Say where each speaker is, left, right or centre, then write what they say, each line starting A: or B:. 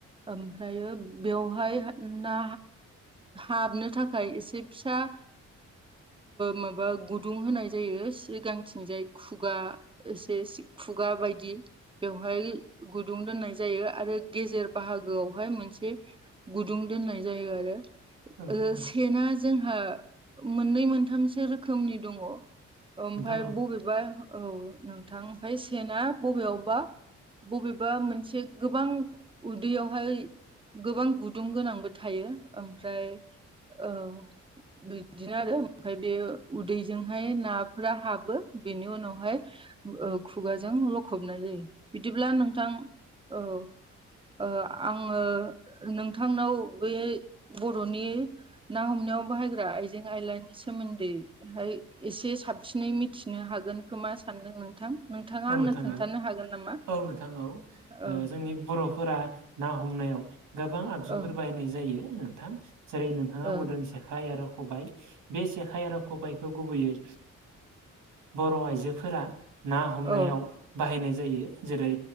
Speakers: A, on the right (about 15°); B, on the right (about 80°).
A: ओमफ्रायो बेवहाय ना हाबनो थाखाय एसे फिसा माबा गुदुं होनाय जायो सि गांथिंजाय खुगा एसे खुगा बायदि बेवहाय गुदुं दोननाय जायो आरो गेजेर बाहागोआवहाय मोनसे गुदुं दोननाय जायो आरो
B: औ नोंथां
A: सेना जोंहा मोननै मोनथामसो रोखोमनि दङ ओमफाय
B: औ नोंथां औ नोंथां औ नोंथां औ
A: बबेबा औ नोंथां ओमफ्राय सेना बबेयावबा बबेबा मोनसे गोबां उदैयावहाय गोबां गुदुं गोनांबो थायो ओमफ्राय औ बिदिनो आरो ओमफफ्राय बे उदैजोंहाय नाफोरा हाबो बेनि उनावहाय खुगाजों लखबनाय जायो बिदिब्ला नोंथां औ आङो नोंथांनाव बे बर'नि ना हमनायाव बाहायग्रा आ जें आयलानि सोमोन्दैहाय एसे साबसिनै मिथिनो हागोन खोमा सानदों नोंथां नोंथाङा
B: औ
A: आंनो
B: नोंथां
A: खोन्थानो
B: औ
A: हागोन नामा?
B: औ नोंथां औ
A: औ
B: जोंनि बर' फोर ना हमनायाव गोबां आगजुफोर
A: औ
B: बायनाय जायो नोंथां जेरै नोंथाङा
A: औ
B: बुंदों जेखाइ आरो खबायाइ बे जेखाइ आरो खबायाइ गुबैयै बर' आइजोफोरा ना हमनायाव
A: औ
B: बाहायनाय जायो जेरै